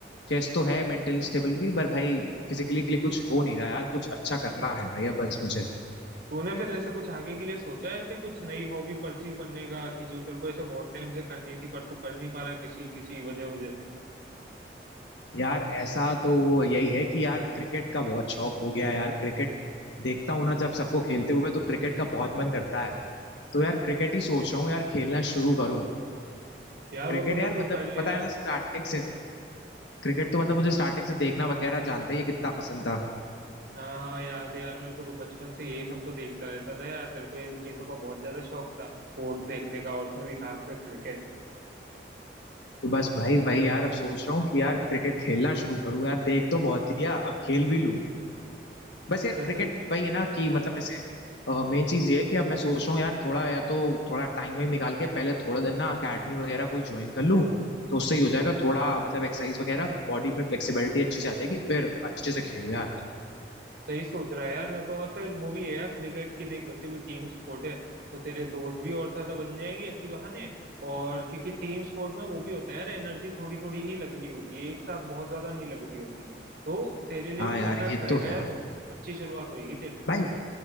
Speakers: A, on the left; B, on the right.
A: चेस तो है मेंटली स्टेबिलिटी पर भाई फिजिकली के लिए कुछ हो नहीं रहा यार कुछ अच्छा करना है भाई अब बस मुझे
B: तूने फिर ऐसे कुछ आगे के लिए सोचा है ऐसे कुछ नई हॉबी परस्यू करने का कि जो तेरे को ऐसे बहुत टाइम से करनी थी पर तू कर नहीं पा रहा किसी किसी वजह वजह से
A: यार ऐसा तो वो यही है कि यार क्रिकेट का बहुत शौक हो गया है यार क्रिकेट देखता हूँ ना जब सबको खेलते हुए तो क्रिकेट का बहुत मन करता है तो यार क्रिकेट ही सोच रहा हूँ यार खेलना शुरू करूँ
B: यार
A: क्रिकेट
B: वो तो फिर
A: यार
B: तू
A: मतलब
B: कर ले
A: पता
B: यार
A: है ना स्टार्टिंग से क्रिकेट तो मतलब मुझे स्टार्टिंग से देखना वगैरह जानते ही है कितना पसंद था
B: हाँ हाँ याद है यार मेरे को तो बचपन से यही सब तो देखता रहता था यार तेरे को इन चीजों का बहुत ज्यादा शौक था स्पोर्ट्स देखने का और उसमें भी खासकर क्रिकेट
A: तो बस भाई भाई यार अब सोच रहा हूँ कि यार क्रिकेट खेलना शुरू करूँ यार देख तो बहुत लिया अब खेल भी लूँ बस यार
B: सच
A: क्रिकेट वही है ना कि मतलब ऐसे मेन चीज ये है कि अब मैं सोच रहा हूँ यार थोड़ा या तो थोड़ा टाइम वाइम निकाल के पहले थोड़ा दिन ना अकेडमी वगैरह कोई ज्वाइन कर लूँ तो उससे ही हो जाएगा थोड़ा मतलब एक्सरसाइज वगैरह बॉडी में फ्लेक्सिबिलिटी अच्छी से आ जाएगी फिर अच्छे से खेलूँ यार
B: सही सोच रहा है यार मैं तो और फिर वो भी है यार क्रिकेट की देख वैसे भी टीम स्पोर्ट है तो तेरे दोस्त भी और ज्यादा बन जाएंगे इसी बहाने और क्योंकि टीम स्पोर्ट में वो भी होता है यार एनर्जी थोड़ी थोड़ी ही लग रही होती है एक साथ बहुत ज्यादा नहीं लग रही होती तो तेरे लिए
A: हाँ
B: भी
A: यार
B: परफेक्ट
A: ये
B: रहेगा
A: तो है
B: यार वो अच्छी शुरुआत होगी तेरे से
A: भाई